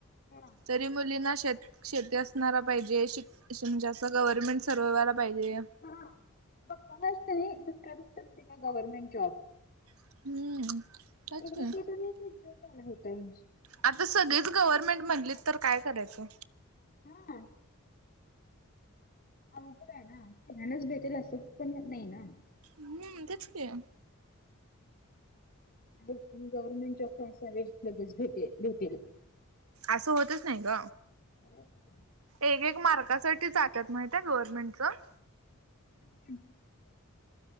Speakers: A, on the left (about 45°); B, on the right (about 80°).
A: हा
B: तरी मुलींना शेत शेती असणारा पाहिजे शिक म्हणजे असं गव्हर्नमेंट सरवाला पाहिजे
A: हा भक्कसत भक्का बसत ग्हर्नमेंट जॉब
B: हम्म तेच
A: एक
B: की
A: र तुम्ही जो भताय
B: आता सगळीच गव्हर्नमेंट म्हणली तर काय करायचं.
A: हा अवघड आहे ना सळ्यांनाच भेटेल असं पण नाही ना
B: हम्म तेच की.
A: गव्हर्नमेंट जॉब का सवे लगेच भेटे भेटेल
B: असं होतच नाही ग.
A: होे
B: एक एक मार्कासाठी जातात माहित आहे गव्हर्नमेंटच
A: <inaudible>